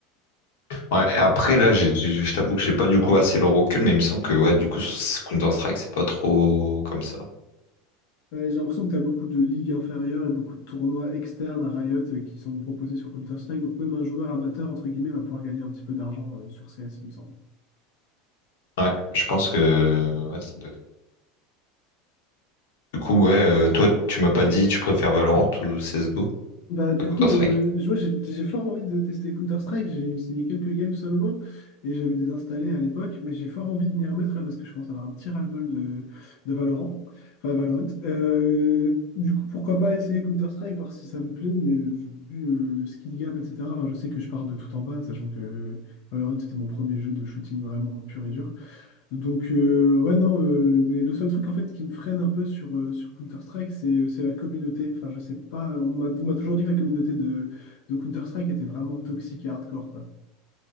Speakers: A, on the left; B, on the left.
A: Ouais, et après, là, j'ai- j'ai- je t'avoue que j'ai pas du coup assez le recul, mais il me semble que, ouais, du coup, sur Counter-Strike, c'est pas trop comme ça.
B: Ouais, j'ai l'impression que tu as beaucoup de ligues inférieures et beaucoup de tournois externes à Riot euh, qui sont proposés sur Counter-Strike. Donc même un joueur amateur, entre guillemets, va pouvoir gagner un petit peu d'argent euh, sur CS, il me semble.
A: Ouais, je pense que, ouais, ça doit être. Du coup, ouais, euh, toi, tu m'as pas dit, tu préfères Valorant ou CSGO
B: Bah du
A: à Counter-Strike?
B: coup, euh, je- moi j'ai j'ai fort envie de tester Counter-Strike, j'ai essayé quelques games seulement et j'avais désinstallé à l'époque, mais j'ai fort envie de m'y remettre là, parce que je commence à avoir un petit ras-le-bol de, de Valorant, enfin Valorant. Euh, du coup, pourquoi pas essayer Counter-Strike, voir si ça me plaît, mais je- vu euh, le skill gap, etc., enfin je sais que je pars de tout en bas, sachant que Valorant c'était mon premier jeu de shooting vraiment pur et dur. Donc, euh, ouais, non, euh, mais le seul truc en fait qui me freine un peu sur, euh, sur Counter-Strike, c'est, euh, c'est la communauté. Enfin, je sais pas, on m'a on m'a toujours dit que la communauté de, de Counter-Strike était vraiment toxique et hardcore, quoi.